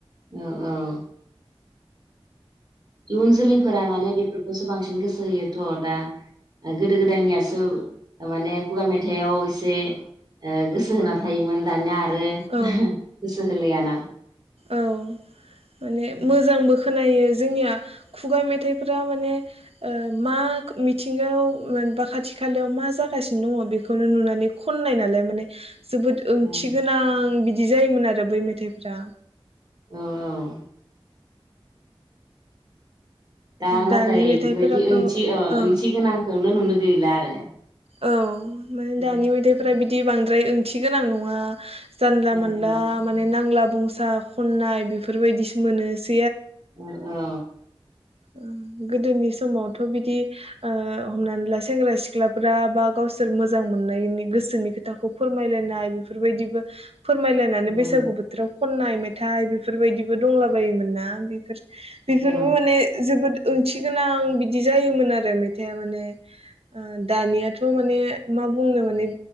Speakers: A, on the right (about 45°); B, on the right (about 80°).
A: ओ औ। इयुन जोलैफोरा माने बेफोरखौसो बांसिन गोसो होयोथ' दा गोदो गोदायनियासो माने खुगा मेथाइआव एसे ओ गोसो होना थायोमोन। दानिया आरो
B: औ
A: गोसो होलायाना
B: औ माने
A: उम।
B: मोजांबो खोनायो जोंनिया खुगा मेथाइफोरा माने ओ मा मिथिंगायाव बा खाथि खालायाव मा जागासिनो दङ बेखौनो नुनानै खननाय नालाय माने जोबोद
A: ओं
B: थिगोनां बि दि जायोमोन आरो बै मेथाइफोरा।
A: औ औ। दा नाथाय
B: दानि मेथाइफोराथ'
A: बेबायदि ओंथि
B: ओं
A: ओ ओंथि गोनांखौनो नुनो गैला आरो।
B: औ। माने
A: उम
B: दानि मेथाइफ्रा बि दि बांद्राय ओंथि गोनां नङा। जानला
A: ओ
B: मोनला माने नांला बंसा खननाय बेफोरबायदिसो मोनोसो
A: ओ औ।
B: ओ गोदोनि समावथ' बिद दि ओ हमनानै सेंग्रा सिख्ला फोरा बा गावसोर मोजां मोननायनि गोसोनि खोथाखौ फोरमायलायनाय बेफोरबायदिबो फोरमायलायनानै
A: औ
B: बैसागु बोथोराव खननाय मेथाइ बेफोरबायदिबो दंला बायोमोन ना बेफोर बेफोरबो
A: औ
B: माने जोबोद ओंथि गोनां बिदि जायोमोन आरो मेथाइआ माने ओ दानियाथ‌' माने मा बुंनो माने